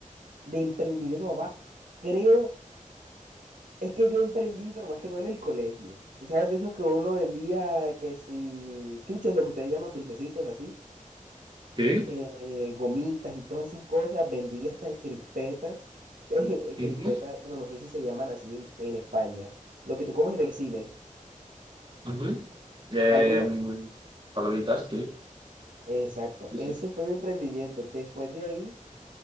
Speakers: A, on the right (about 75°); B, on the right (about 35°).
A: De emprendimiento, papá. Creo, es que yo emprendí, pero más que todo en el colegio. Tú sabes de esos que uno vendía, que si chuches, lo que ustedes llaman dulcecitos, así,
B: ¿Sí?
A: eh, gomitas y todas esas cosas. Vendí hasta crispetas. <laughs> eh,
B: Ujú,
A: Crispetas, bueno, no sé si se llaman así en, en España. Lo que tú comes en el cine,
B: ujú. Em,
A: palomitas.
B: palomitas,
A: Exacto,
B: sí.
A: eso fue mi emprendimiento. Después de ahí